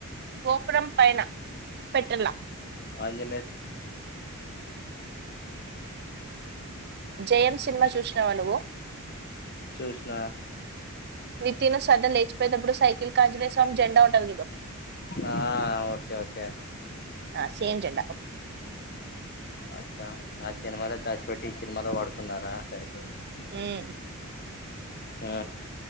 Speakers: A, on the right (about 45°); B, on the left (about 45°).
A: గోకురం పైన పెట్టలా
B: ఆంజనేయ
A: జయం సినిమా చూసినావా నువ్వు
B: చూసిన
A: నితిన్ సదా లేచిపోయేటప్పుడు సైకిల్ కి ఆంజనేయ స్వామి జెండా ఉంటంది చూడు
B: ఆ ఓకే ఓకే
A: ఆ సేమ్ జెండా
B: అచ్చ ఆ సినిమాలో దాసి పెట్టి ఈ సినిమాలో వాడుకున్నారా సరిపోఇదీ
A: ఉమ్
B: ఆ